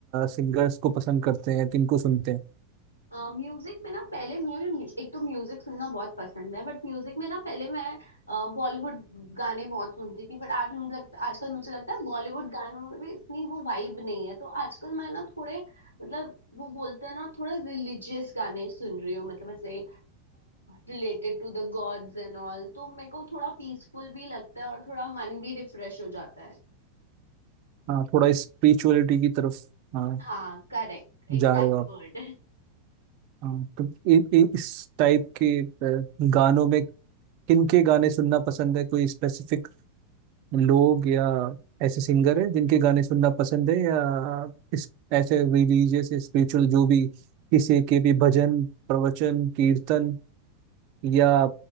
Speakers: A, on the right; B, on the left.
A: सिंगर्स को पसंद करते हैं किन को सुनते हैं
B: म्यूजिक में ना पहले मुझे म्यू- एक तो म्यूजिक सुनना बहुत पसंद है बट म्यूजिक में ना पहले मैं बॉलीवुड गाने बहुत सुनती थी बट आज मुझे लगता आजकल मुझे लगता है बॉलीवुड गानों में भी इतनी वो वाइब नहीं है तो आजकल मैं ना थोड़े मतलब वो बोलते हैं ना थोड़ा रिलीजियस गाने सुन रही हूँ मतलब ऐसे related to the gods and all तो मेरे को थोड़ा पीसफुल भी लगता है और थोड़ा मन भी रिफ्रेश हो जाता है
A: हाँ थोड़ा स्पिरिचुअलिटी की तरफ हाँ
B: हाँ करेक्ट एग्जैक्ट
A: जा रहे हो आप
B: वर्ड
A: हाँ तो इ, इ, इस टाइप के अ, गानों में किन के गाने सुनना पसंद है कोई स्पेसिफिक लोग या ऐसे सिंगर है जिनके गाने सुनना पसंद है या इस ऐसे रिलीजियस स्पिरिचुअल जो भी किसी के भी भजन प्रवचन कीर्तन या